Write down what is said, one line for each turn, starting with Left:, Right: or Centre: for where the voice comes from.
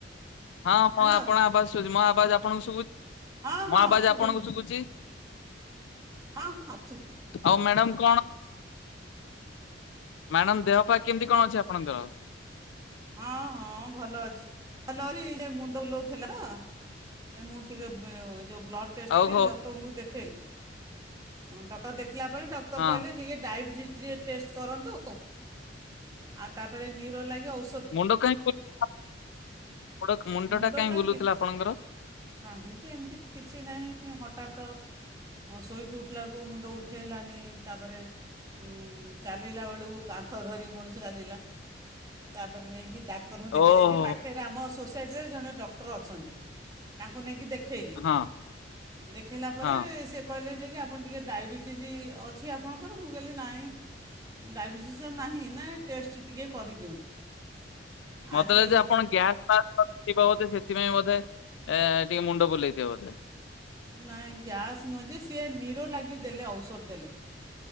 Left: ହଁ ମୁଁ
Right: ହ୍ୟାଲୋ
Left: ଆପଣ ଆବାଜ ଶୁଚି ମୋ ଆବାଜ ଆପଣଙ୍କୁ ଶୁବୁଚି?
Right: ହଁ
Left: ମୋ
Right: ହଁ
Left: ଆବଜ୍
Right: ଶୁଭୁଛି
Left: ଆପଣଙ୍କୁ ଶୁବୁଚି?
Right: ହଁ ହଁ ଶୁବି
Left: ଆଉ ମ୍ୟାଡାମ କଣ ମ୍ୟାଡ଼ାମ ଦେହ ପା କେମିତି କଣ ଅଛି ଆପଣଙ୍କର?
Right: ହଁ ହଁ ଭଲ ଅଛି। ଭଲ ଅଛି ସେ ମୁଣ୍ଡ ବୁଲଉଥିଲା ତ ଏ ମୁଁ ଟିକେ ବ ଯୋଉ ବ୍ଲଡ଼ ଟେଷ୍ଟ
Left: ଆଉ
Right: କଲି
Left: ହଉ
Right: ଡକ୍ଟରଙ୍କୁ ଦେଖେଇଲି। ଡକ୍ଟର ଦେଖିଲା ପରେ ଡକ୍ତର
Left: ହଁ
Right: କହିଲେ ଯେ ଇଏ ଡାଇବେଟିସ ଟିକେ ଟେଷ୍ଟ କରନ୍ତୁ। ଆ ତାପରେ ନିରୋ ଲାଗି ଓ
Left: ମୁଣ୍ଡ କାଇ <unintelligible> ମୁ ମୁଣ୍ଡ
Right: ମୁଣ୍ଡଟା
Left: ଟା କାଇଁ ବୁଲୋଉଥିଲା
Right: କିଛି
Left: ଆପଣଙ୍କର?
Right: କାହିଁକି ଏମିତି କିଛି ନାହିଁ ହଠାତ ଶୋଇକି ଉଠିଲାକୁ ମୁଣ୍ଡ ଉଠାଇଲାନି ତାପରେ ଉଁ ଚାଲିଲା ବେଳକୁ କାନ୍ଥ ଧରି ମଣିଷ ଚାଲିଲା। ତାପରେ ନେଇକି ଡାକ୍ତରଙ୍କୁ ଦେଖେଇଲେ
Left: ଓହୋ
Right: ଏଠି ପାଖ ହେରେ ଆମ ସୋସାଇଟିରେ ଜଣେ ଡକ୍ଟର ଅଛନ୍ତି ତାଙ୍କୁ ନେଇି ଦେଖ ଥେଇଲି
Left: ହଁ
Right: ଦେଖେଇଲା ପରେ
Left: ହଁ
Right: ସେ କହିଲେ ଯେ କି ଆପଣ ଟିକେ ଡାଇବେଟିସ୍ ଅଛି ଆପଣଙ୍କର ମୁଁ କହିଲି ନାଇଁ। ଡାଇବେଟିସ୍ ନାହିଁ ନା ଟେଷ୍ଟ ଟିକେ କରିଦିଅନ୍ତୁ?
Left: ମତେ
Right: ଆଜି
Left: ଯେ ଆପଣ
Right: ଯା
Left: ଗ୍ୟାସ୍ ବ୍ୟାସ ଫ୍ୟାସ ଥିବା ବୋଧେ ସେଥିପାଇଁ ବୋଧେ ଏ ଟିକେ ମୁଣ୍ଡ ବୁଲେଇଥିବ ବୋଧେ
Right: ନହିଁ ଗ୍ୟାସ୍ ନୁହେଁ ଯେ ସିଏ ନିର ଲାଗି ଦେଲେ ଔଷଧ ଦେଲେ